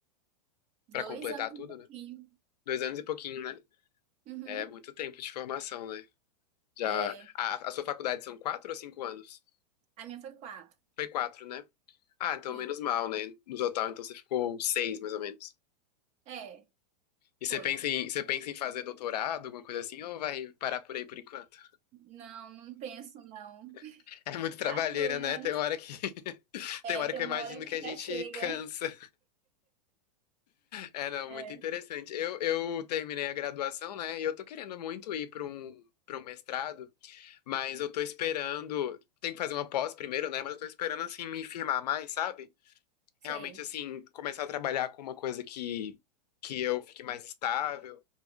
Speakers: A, on the right; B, on the left.
A: Dois
B: Pra completar
A: anos e
B: tudo,
A: um pouquinho.
B: né? Dois anos e pouquinho, né?
A: Uhum.
B: É muito tempo de formação, né? Já.
A: É,
B: A, a sua faculdade são quatro ou cinco anos?
A: a minha foi quatro.
B: Foi quatro, né? Ah, então
A: E,
B: menos mal, né? No total, então você ficou seis, mais ou menos.
A: é,
B: E você
A: foi.
B: pensa em, você pensa em fazer doutorado, alguma coisa assim, ou vai parar por aí por enquanto?
A: Não, não penso, não.
B: <laughs> É muito trabalheira,
A: Quatro anos,
B: né? Tem hora que. <laughs>
A: é,
B: Tem hora
A: tem
B: que
A: uma
B: eu imagino
A: hora que
B: que a
A: já
B: gente
A: chega.
B: cansa. É, não,
A: É,
B: muito interessante. Eu, eu terminei a graduação, né? E eu tô querendo muito ir para um, para um mestrado, mas eu tô esperando. Tem que fazer uma pós primeiro, né? Mas eu tô esperando, assim, me firmar mais, sabe?
A: sei.
B: Realmente, assim, começar a trabalhar com uma coisa que, que eu fique mais estável,